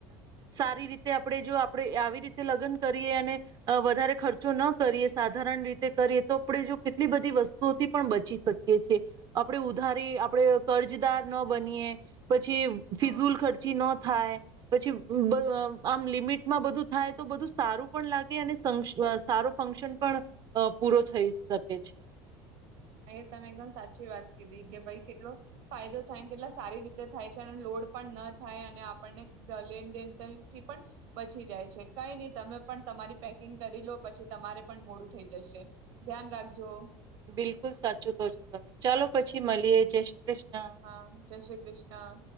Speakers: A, on the right (about 40°); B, on the right (about 75°).
A: સારી રીતે આપણે જો આપણે આવી રીતે લગ્ન કરીએ અને અ વધારે ખર્ચો ન કરીએ સાધારણ રીતે કરીએ તો આપણે જો કેટલી બધી વસ્તુઓથી પણ બચી શકીએ છીએ. આપણે ઉધારી આપણે કર્જદાર ન બનીએ પછી ફિઝુલ
B: હ
A: ખર્ચી ન થાય. પછી બ આમ લિમિટમાં બધું થાય. તો બધું સારું પણ લાગે સં અને સારો ફંક્શન પણ પૂરો થઈ શકેે છે.
B: અહી તમે એકદમ સાચી વાત કીધી કે ભાઈ કેટલો ફાયદો થાય કેટલા સારી રીતે થાય છે. અને લોડ પણ ન થાય, અને આપણને લેનદેનથી પણ બચી જાય છે. કઈ નહી તમે પણ તમારી પેકિંગ કરી લો પછી તમારે પણ મોડું થઈ જશે ધ્યાન રાખજો.
A: બિલકુલ સાચું કવો છો તમે. ચાલો પછી મળીએ જય કૃષ્ણ
B: હા જય શ્રી કૃષ્ણ